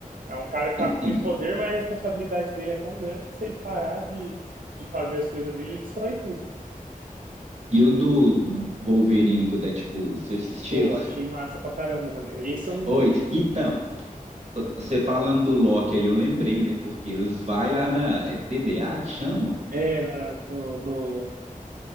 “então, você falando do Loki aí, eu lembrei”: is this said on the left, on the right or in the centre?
Right